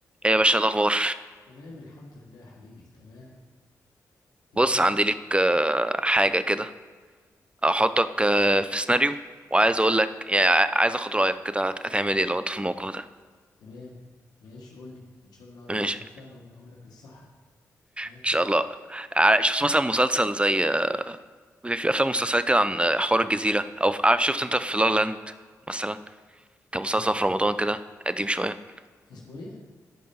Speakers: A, on the right; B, on the left.
A: ايه يا باشا الاخبار
B: تمام الحمد لله يا حبيبي تمام
A: بص
B: ايوه
A: عندي ليك آه، حاجه كده احطك آه، في سيناريو وعايز
B: تمام
A: اقول لك يعني ع- عايز اخد رايك كده هت- هتعمل ايه لو انت في الموقف ده
B: تمام ماشي قول لي وان شاء الله ربنا
A: ماشي
B: يوفقنا ونقول لك الصح ها
A: ان شاء الله ع- شفت مثلا مسلسل زي آه، بيبقى في افلام مسلسلات كده عن آه، حوار الجزيره او في... عارف شفت انت في لا لا لاند مثلا كان مسلسل
B: آه.
A: في رمضان كده قديم شويه
B: اسمه ايه